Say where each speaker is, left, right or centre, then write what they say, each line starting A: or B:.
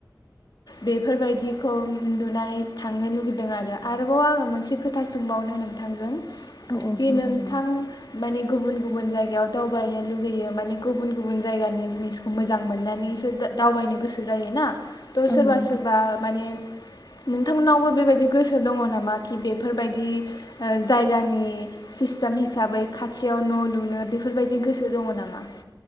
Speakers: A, on the left; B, on the left.
A: बेफोरबायदिखौ नुनानै थांनो लुबै आरोबाव आङो मोनसे खोथा सोंबावनो नोंथांजों
B: औ औ
A: बे
B: सोंजायो
A: नोंथां माने गुबुन गुबुन जायगायाव दावबायनो लुुबैयो माने गुबुन गुबुन जायगानि जिनिसखौ मोजां मोननानैसो दावबायनो गोसो जायो ना थ'
B: औ
A: सोरबा
B: नोंथां
A: सोरबा माने नोंथांमोनावबो बेबायदि गोसो दङ नामा कि बेफोरबायदि जायगानि सिस्टेम हिसाबै खाथियाव न' लुनो बेफोरबायदि गोसो दङ नामा?